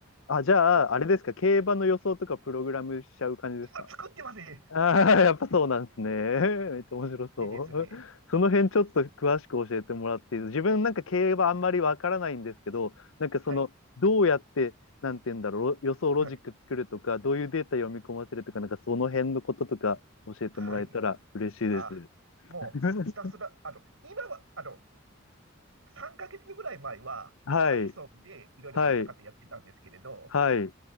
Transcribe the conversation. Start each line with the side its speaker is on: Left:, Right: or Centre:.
Left: あ、じゃあ、
Right: と、
Left: あれですか競馬の予想とかプログラムしちゃう感じですか
Right: 今作ってますね。
Left: ああ、やっぱそうなんですね。<laughs> めっちゃ面白そう。
Right: でですね、
Left: <laughs> その辺ちょっと詳しく教えてもらっていい自分なんか競馬あんまりわからないんですけど、なんかその、
Right: はい、
Left: どうやって、なんて言うんだろう、予想ロジック作るとか、
Right: はい、
Left: どういうデータ読み込ませるとか、なんかその辺のこととか教えてもらえたら嬉しいです。
Right: はい。あ、もうひたすら、
Left: <laughs>
Right: あの、今は、あの、3ヶ月ぐらい前は、
Left: はい、
Right: Python でいろいろカタカタやってたんですけれど、
Left: はい、はい、